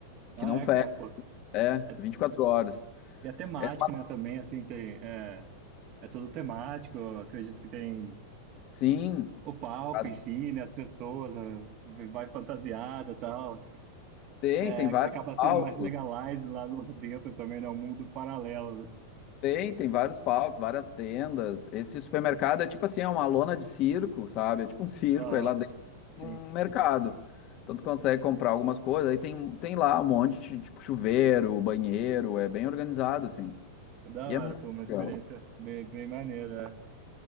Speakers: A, on the left (about 45°); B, on the right (about 45°).
A: que
B: Ah,
A: não
B: é,
A: fecha,
B: cara, pô.
A: é
B: É-
A: 24 horas.
B: E é temático,
A: É,
B: né? Também, assim, tem. É, é tudo temático. eu acredito que tem.
A: sim,
B: o palco
A: a-
B: em si, né, as pessoas, né, vai fantasiada e tal.
A: tem,
B: É,
A: tem vários
B: acaba
A: palcos,
B: sendo mais legalize lá no- <laughs> dentro também, né? Um mundo paralelo, né?
A: tem, tem vários palcos, várias tendas. Esse supermercado é tipo assim, é uma lona de circo, sabe? É tipo um circo,
B: Aham,
A: aí lá dentro é tipo
B: sim.
A: um mercado. Então tu consegue comprar algumas coisas, aí tem, tem lá um monte de tipo chuveiro, banheiro, é bem organizado assim.
B: É Da
A: E
B: hora,
A: é muito
B: pô, uma experiência
A: legal.
B: bem, bem maneira.